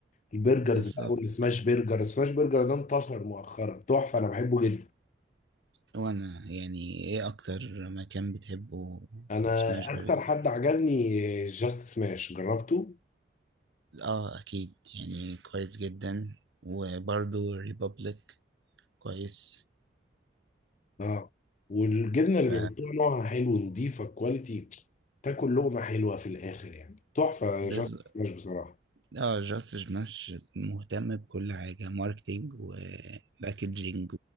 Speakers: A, on the left (about 40°); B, on the right (about 70°).
A: البرجرز
B: بالظبط
A: بقى والسماش برجر السماش برجر ده انتشر مؤخرا تحفه انا بحبه جدا
B: وانا يعني ايه اكتر مكان بتحبه
A: انا
B: سماش برجر
A: اكتر حد عجبني جاست سماش جربته
B: اه اكيد يعني كويس جدا وبرضو ريبابليك كويس
A: اه والجبنه
B: ف
A: اللي بيحطوها نوعها حلو نضيفه كواليتي تاكل لقمه حلوه في الاخر يعني تحفه جاست
B: بز...
A: سماش بصراحه
B: اه جاستس بنش مهتم بكل حاجة ماركتينج وباكجينج